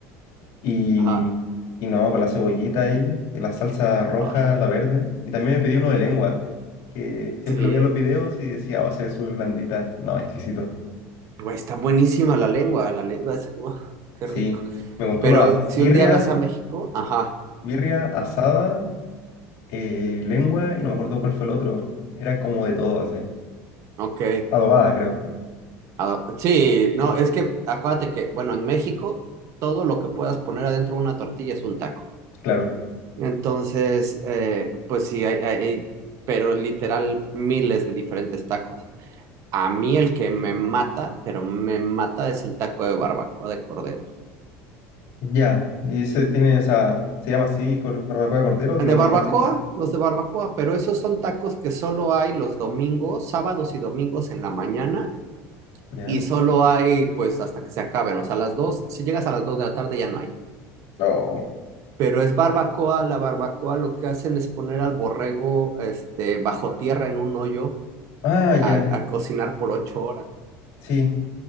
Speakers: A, on the left; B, on the right.
A: Y,
B: Ajá.
A: y no, con la cebollita ahí, y la salsa roja,
B: Ah,
A: la verde. Y también me pedí uno de lengua, que siempre
B: sí.
A: lo veía en los videos y decía, oh, se ve súper blandita. No, exquisito.
B: Güey, está buenísima la lengua, la lengua es, uf, qué rico.
A: Sí, me compré
B: Pero
A: una as-
B: si
A: birria,
B: un día vas a México, ajá,
A: birria asada, eh, lengua, y no me acuerdo cuál fue el otro. Era como de todo así.
B: ok.
A: Adobada, creo.
B: Ah, Sí,
A: Sí,
B: no, es que acuérdate que, bueno, en México todo lo que puedas poner adentro de una tortilla es un taco.
A: claro.
B: Entonces, eh, pues sí, hay, hay- hay- pero literal miles de diferentes tacos. A mí el que me mata, pero me mata es el taco de barbacoa de cordero.
A: Ya, y ese tiene, o sea, se llama así, cor- barbacoa de cordero, tiene
B: De
A: un
B: barbacoa,
A: nombre así como.
B: los de barbacoa, pero esos son tacos que solo hay los domingos, sábados y domingos en la mañana
A: Ya.
B: y solo hay pues hasta que se acaben, o sea, a las dos, si llegas a las dos de la tarde ya no hay.
A: No.
B: Pero es barbacoa, la barbacoa lo que hacen es poner al borrego este, bajo tierra en un hoyo
A: Ah, ya,
B: a a cocinar por ocho horas.
A: sí.